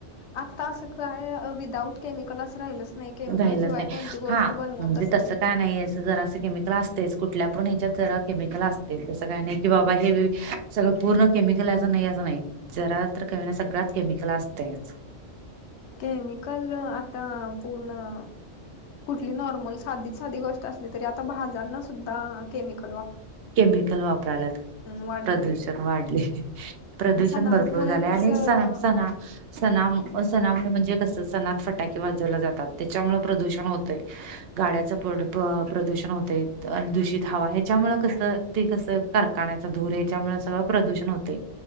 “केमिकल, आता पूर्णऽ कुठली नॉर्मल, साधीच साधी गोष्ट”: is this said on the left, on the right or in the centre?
Left